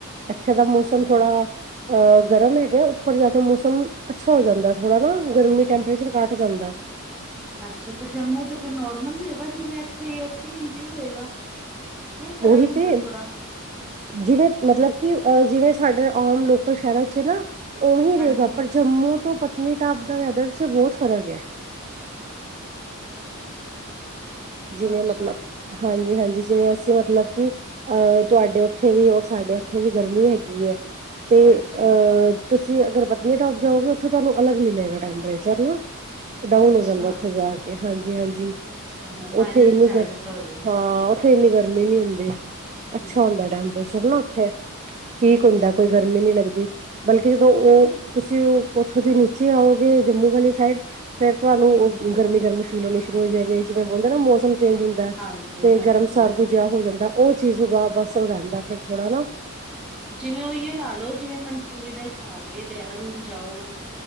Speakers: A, on the right (about 35°); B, in the centre.
A: ਇੱਥੇ
B: ਅੱਛਾ
A: ਦਾ ਮੌਸਮ ਥੋੜਾ ਅਹ ਗਰਮ ਹੈ। ਉਪਰ ਜਾ ਕੇ ਮੌਸਮ ਅੱਛਾ ਹੋ ਜਾਂਦਾ ਥੋੜਾ ਨਾ ਗਰਮੀ ਟੈਂਪਰੇਚਰ ਘੱਟ ਜਾਂਦਾ ਹੈ।
B: ਅੱਛਾ ਤੇ ਜੰਮੂ ਤੇ ਫਿਰ ਨੋਰਮਲ ਹੀਂ ਹੋਗਾ ਜਿਵੇਂ ਇਥੇ ਉਥੇ ਵੀ ਇੰਜ ਹੀ ਹੋਏਗਾ। ਇਹ ਫ਼ਰਕ
A: ਉਹੀ
B: ਹੁੰਦਾ
A: ਤੇ
B: ਥੋੜਾ
A: ਜਿਵੇਂ, ਮਤਲਬ ਕਿ ਜਿਵੇਂ ਸਾਡੇ ਆਮ ਲੋਕਲ ਸ਼ਹਿਰਾਂ ਚ ਨਾ ਉਹੀ
B: ਹਾਂਜੀ
A: ਰਹੇਗਾ, ਪਰ ਜੰਮੂ ਤੋਂ ਪਤਾ ਪਤਨੀਟਾਪ ਦਾ ਵੈਦਰ 'ਚ ਬਹੁਤ ਫਰਕ ਹੈ। ਜਿਵੇਂ
B: ਅੱਛਾ
A: ਮਤਲਬ ਹਾਂਜੀ-ਹਾਂਜੀ। ਜਿਵੇਂ ਅਸੀਂ ਮਤਲਬ ਕਿ, ਅਹ ਤੁਹਾਡੇ ਉੱਥੇ ਵੀ ਔਰ ਸਾਡੇ ਉੱਥੇ ਵੀ ਗਰਮੀ ਹੈਗੀ ਹੈ। ਤੇ
B: ਹਾਂਜੀ
A: ਅਹ ਤੁਸੀਂ ਅਗਰ ਪਤਨੀਟਾਪ ਜਾਓਗੇ, ਉੱਥੇ ਤੁਹਾਨੂੰ ਅਲੱਗ ਮਿਲੇਗਾ ਟੈਂਪਰੇਚਰ ਹੈ ਨਾ ਡਾਊਨ
B: ਅੱਛਾ
A: ਹੋ ਜਾਂਦਾ ਉੱਥੇ ਜਾ ਕੇ ਹਾਂਜੀ-ਹਾਂਜੀ
B: ਅੱਛਾ ਅੱਛਾ ਮਾਈਨਸ
A: ਉੱਥੇ ਇਨੀ
B: ਵਿੱਚ ਆ
A: ਦੇਰ
B: ਜਾਂਦਾ ਹੋਏਗਾ
A: ਹਾਂ ਉਥੇ ਇੰਨੀ ਗਰਮੀ ਨੀ ਹੁੰਦੀ ਅੱਛਾ
B: ਹਮ
A: ਹੁੰਦਾ, ਟੈਂਪਰੇਚਰ ਨਾ ਉੱਥੇ। ਠੀਕ
B: ਅੱਛਾ
A: ਹੁੰਦਾ ਕੋਈ ਗਰਮੀ ਨਹੀਂ ਲੱਗਦੀ। ਬਲਕਿ ਜਦੋਂ ਤੁਸੀਂ ਉਥੋਂ ਦੀ ਨੀਚੇ ਆਓਗੇ ਜੰਮੂ ਵਾਲੀ ਸਾਈਡ ਫਿਰ ਤੁਹਾਨੂੰ ਗਰਮੀ-ਗਰਮੀ ਫੀਲ ਹੋਣੀ ਸ਼ੁਰੂ ਹੋ ਜਾਏਗੀ, ਜਿਵੇਂ ਬੋਲਦੇ ਨਾ ਮੌਸਮ ਚੇਂਜ ਹੁੰਦਾ
B: ਹਾਂਜੀ
A: ਤੇ
B: ਹਾਂਜੀ
A: ਗਰਮ ਸਰਦ ਜਿਹਾ ਹੋ ਜਾਂਦਾ, ਉਹ ਚੀਜ਼ ਵਾ ਬਸ ਰਹਿੰਦਾ ਫਿਰ। ਥੋੜਾ ਨਾ
B: ਜਿਵੇਂ ਉਹੀਓ ਲਾ ਲੋੋ ਜਿਵੇਂ, ਮਨਸੂਰੀ ਦਾ ਹਿਸਾਬ ਦੇਹਰਾਦੂਨ ਜਾਓ।